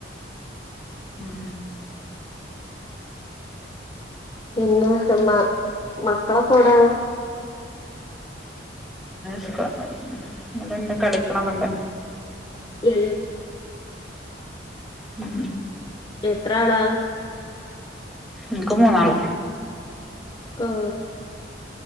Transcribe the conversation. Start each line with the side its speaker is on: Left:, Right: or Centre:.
Centre: ഉം
Left: പിന്നെ അമ്മ മക്കളൊക്കെ ഓടെ
Centre: സ്ക ഇവിടെണ്ട് കളിക്കണക്കെ ഇണ്ട്
Left: ഏ
Centre: ഉം
Left: എത്ര ആളാ
Centre: ഇൻക്ക് മൂന്നാള്
Left: ക്കോ